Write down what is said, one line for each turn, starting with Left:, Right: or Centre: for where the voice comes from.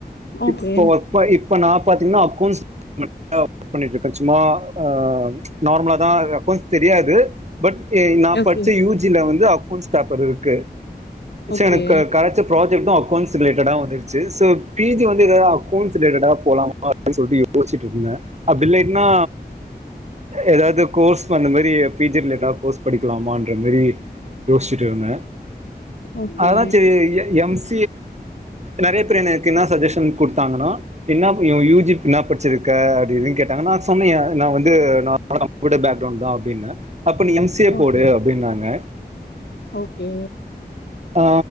Left: ஓகே
Right: இப்ப ஒர்க் ப இப்ப நா பாத்தீங்கன்னா அக்கொன்ஸ் <inaudible> ஒர்க் பண்ணிட்ருக்க சும்மா ஆ ச் நார்மலாதா அக்கௌன்ஸ் தெரியாது பட் எ நா
Left: ஓகே
Right: பட்ச்ச யூ ஜி ல வந்து அக்கௌன்ஸ் பேப்பர் இருக்கு ச
Left: ஓகே
Right: எனக்கு க கெடச்ச ப்ராஜெக்ட்டு அக்கௌண்ஸ் ரிலேட்டடா வந்துருச்சு சோ பிஜி வந்து ஏதாவது அக்கௌன்ஸ் ரிலேட்டடா போலா <unintelligible> சொல்ட்டு யோசிச்சுட்ருக்குங்க அப்டி இல்லாட்டுனா எதாது கோர்ஸ் அந்த மாரி பி ஜி எதாது கோர்ஸ் படி ப்போமான்ற மாரி யோசிச்சுட்டுருந்த
Left: ஓகே
Right: அதா சேரி எ எம்ஸ் நெறைய பேர் எனக்கென்னா சஜஷன் குடுத்தாங்கன்னா என்னாப் யூ யூ ஜி இன்னா ப ச்சுருக்க அது இதுன் கேட்டாங்க நா சொன்னே ஏ நா வந்து நா <inaudible> பேக்ரவுண்ட் தா அப்டின்னு அப்ப நீ எம் சி எ போடு
Left: ஓகே
Right: அப்டின்னாங்க
Left: ஓகே
Right: ஆ